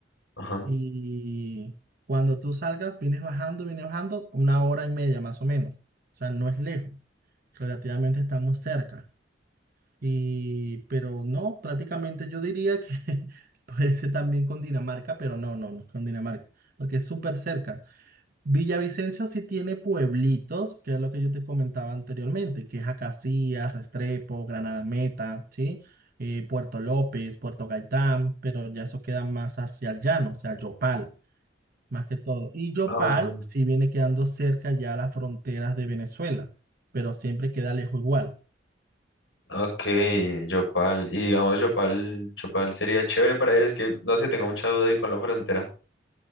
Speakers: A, on the left (about 80°); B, on the right (about 50°).
A: Ajá.
B: Y cuando tú salgas, vienes bajando, vienes bajando una hora y media más o menos. O sea, no es lejos. Relativamente estamos cerca. Y, pero no, prácticamente yo diría que <laughs> puede ser también con Dinamarca, pero no, no, no es con Dinamarca, porque es súper cerca. Villavicencio sí tiene pueblitos, que es lo que yo te comentaba anteriormente, que es Acacías, Restrepo, Granada Meta, ¿sí? Eh, Puerto López, Puerto Gaitán, pero ya eso queda más hacia el llano, o sea, Yopal más que todo. Y Yopal
A: Ah,
B: sí viene quedando cerca ya a las fronteras de Venezuela, pero siempre queda lejos igual.
A: ok, Yopal. Y digamos, Yopal, Yopal sería chévere para ir, es que, no sé, tengo mucha duda ahí con la frontera,